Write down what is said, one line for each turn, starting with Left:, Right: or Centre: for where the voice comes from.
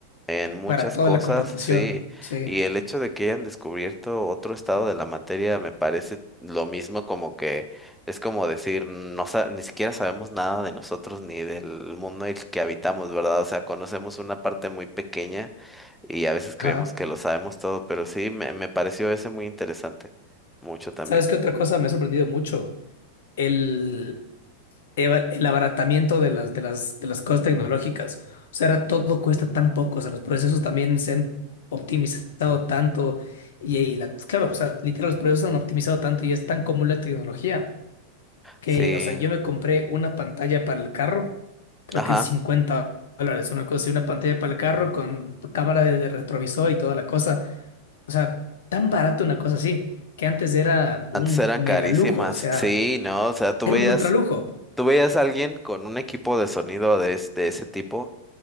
Centre: en muchas
Left: para toda
Centre: cosas,
Left: la computación,
Centre: sí.
Left: sí.
Centre: Y el hecho de que hayan descubierto otro estado de la materia me parece lo mismo como que es como decir, no sa- ni siquiera sabemos nada de nosotros ni del mundo en el que habitamos, ¿verdad? O sea, conocemos una parte muy pequeña y a veces creemos
Left: Ajá.
Centre: que lo sabemos todo, pero sí, me, me pareció ese muy interesante, mucho también.
Left: ¿Sabes qué otra cosa me ha sorprendido mucho? El, eva- el abaratamiento de las, de las, de las cosas tecnológicas. O sea, ahora todo cuesta tan poco, o sea, los procesos también se han optimizado tanto y, y la- claro, o sea, literal, los procesos se han optimizado tanto y es tan común la tecnología. que,
Centre: Sí,
Left: o sea, yo me compré una pantalla para el carro, creo
Centre: ajá,
Left: que en cincuenta dólares, una cosa, así, una pantalla para el carro con cámara de, de retrovisor y toda la cosa. O sea, tan barato una cosa así, que antes era un
Centre: antes eran
Left: mega
Centre: carísimas,
Left: lujo, o sea,
Centre: sí, no, o sea, tú
Left: era
Centre: veías,
Left: un ultra lujo.
Centre: tú veías a alguien con un equipo de sonido de, es- de ese tipo